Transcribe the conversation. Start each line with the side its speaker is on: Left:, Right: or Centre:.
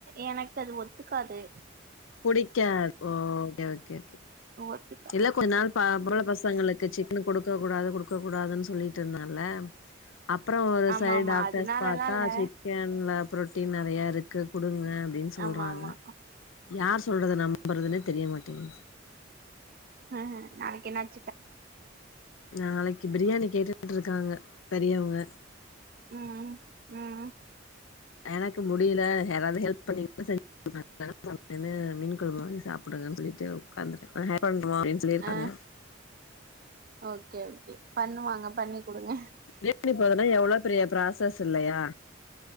Right: எனக்கு அது ஒத்துக்காது
Left: புடிக்காத் ஓ ஓகே ஓகே
Right: ஓத்துக்
Left: இல்ல கொஞ்சோ நாள் பா இப்ப உள்ள பசங்களுக்கு சிக்கன் கொடுக்க கூடாது கொடுக்க கூடாதுன்னு சொல்லிட்டு இருந்தால்லெ அப்றோ ஒரு
Right: ஆமா
Left: சைடு
Right: ஆமா
Left: டாக்டர்ஸ்
Right: அதனாலல்லா
Left: பாத்தா
Right: இல்ல
Left: சிக்கென்ல ஃபுரோட்டீன் நெறைய இருக்கு குடுங்க அப்டினு சொல்றாங்க
Right: ஆமா ஆமா
Left: யார் சொல்றத நம்பறதுன்னே தெரிய மாட்டேங்குது
Right: ஹ நாளைக்கி என்னாச்
Left: நாளைக்கி பிரியாணி கேட்டுட்டு இருக்காங்க பெரியவங்க
Right: உ உம் உ உம்
Left: எனக்கு முடியில்ல யாராது ஹெல்ப் பண்ணீங்கன்ன செஞ் <unintelligible> நின்னு மீன் குழம்பு மாரி சாப்டுங்கன்னு சொல்லிட்டு உட்காந்து இருக்க <unintelligible> பண்றோ அ சொல்லி இருப்பாங்க
Right: ஆ ஓகே ஓகே பண்ணுவாங்க பண்ணி குடுங்க
Left: <unintelligible> போததுன்னா எவ்ளோ பெரிய ஃப்ராசஸ் இல்லையா